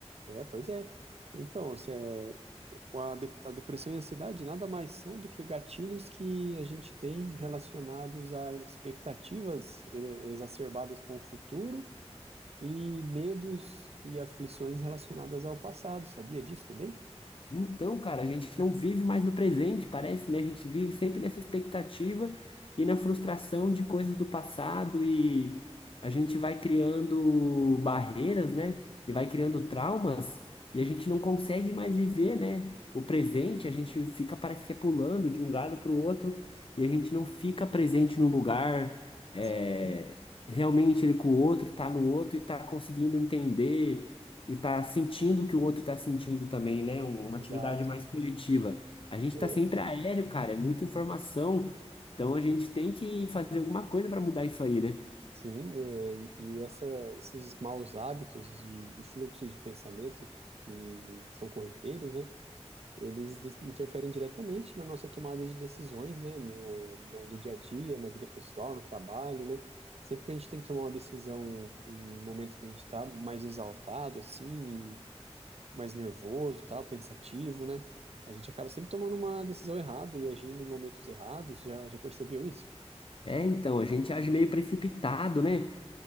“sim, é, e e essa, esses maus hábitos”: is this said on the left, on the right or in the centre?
Right